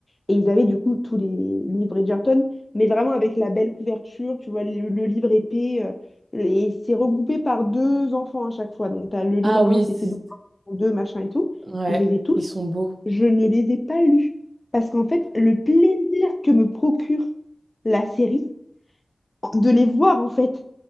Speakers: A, on the left; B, on the right.
A: et ils avaient du coup tous les livres Bridgerton, mais vraiment avec la belle couverture, tu vois, le, le livre épais, euh, et c'est regroupé par deux enfants à chaque fois. Donc, tu as le livre
B: Ah oui,
A: un
B: c'est
A: c'est ses enfants, 2 machin et tout.
B: ouais,
A: Je les ai tous,
B: ils sont beaux.
A: je ne les ai pas lus, parce qu'en fait, le plaisir que me procure la série, de les voir en fait.